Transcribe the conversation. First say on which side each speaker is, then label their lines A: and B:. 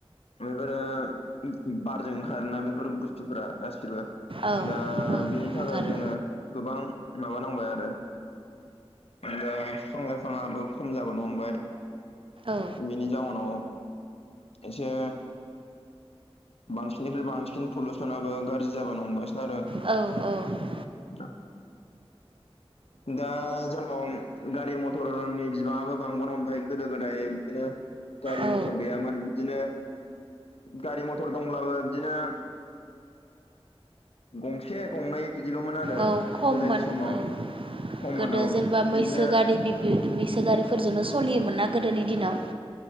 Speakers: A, on the left; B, on the right.
A: बेफोरो बारजों ओंखारोना बेफोर बुस्थुफोरा गासैबो
B: औ
A: दा
B: ओंखारो
A: बिनि थाखाय जोङो गोबां माबानांबाय आरो दा बिफां लाइफाङाबो खम जाबोनो हमबाय
B: औ
A: बिनि जाउनाव एसे बांसिननिफ्राय बांसिन पलिउसनाबो गाज्रि जाबोनो हमगासिनो आरो
B: औ औ
A: ज दा जोंनाव गारि मथरनि बिबाङाबो बांबोनो हमबाय गोदो गोदाय बिदिनो गारि
B: औ
A: मथर गैयामोन बिदिनो गारि मथर दंब्लाबो बिदिनो गंसे गंनै बिदिल'मोन। आरो
B: औ खममोन
A: गोदोनि समाव
B: औ
A: खममोन
B: गोदो
A: औ
B: जेनेबा मैसो
A: बिदिनो
B: गारि मैसो गारिफोरजोंनो सोलियोमोन ना गोदोनि दिनाव